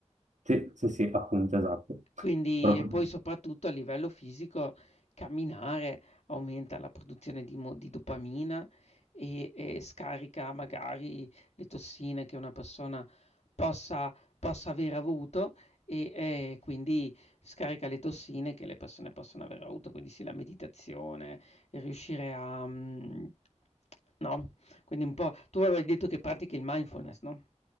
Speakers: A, on the right; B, on the left.
A: Eh, Sì, sì, sì, appunto, esatto.
B: Quindi
A: Proprio-
B: e poi soprattutto a livello fisico camminare aumenta la produzione di mo di dopamina e e scarica magari le tossine che una persona possa possa aver avuto e, ehm, quindi scarica le tossine che le persone possono aver avuto. Quindi sì, la meditazione, il riuscire a mhmm, no, quindi un po' tu avevi detto che pratichi il mindfulness, no?